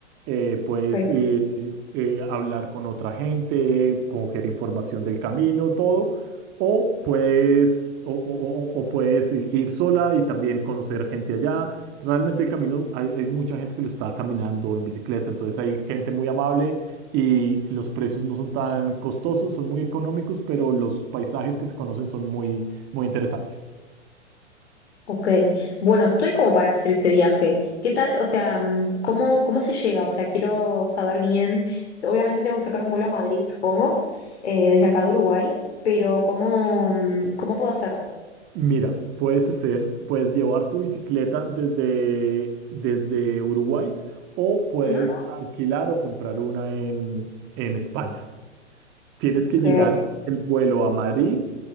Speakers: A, on the right; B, on the left.
A: Eh, puedes
B: ok,
A: eh, eh, hablar con otra gente, coger información del camino, todo. O puedes, o, o- o- o puedes i- ir sola y también conocer gente allá. Realmente el camino, hay, hay mucha gente que lo está caminando en bicicleta, entonces hay gente muy amable y los precios no son tan costosos, son muy económicos, pero los paisajes que se conocen son muy, muy interesantes.
B: ok. Bueno, estoy como para hacer ese viaje. ¿Qué tal? O sea, mm, ¿cómo, cómo se llega? O sea, quiero saber bien. Obviamente tengo que sacar un vuelo a Madrid, supongo, eh, desde acá de Uruguay, pero ¿cómo, mm, cómo puedo hacer?
A: Mira, puedes hacer, puedes llevar tu bicicleta desde, desde Uruguay o puedes
B: Ujú.
A: alquilar o comprar una en, en España. Tienes
B: Ok,
A: que llegar el vuelo a Madrid